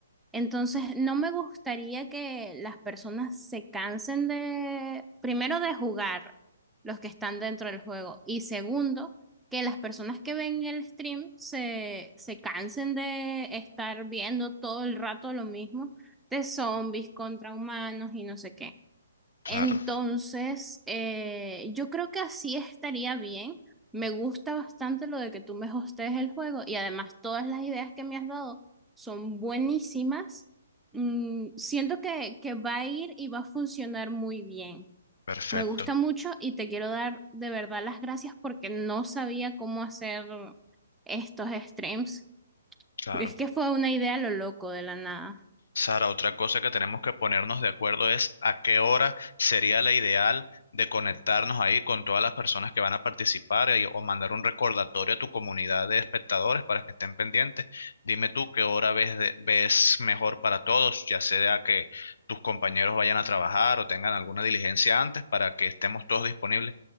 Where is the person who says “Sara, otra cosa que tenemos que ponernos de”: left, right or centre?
Left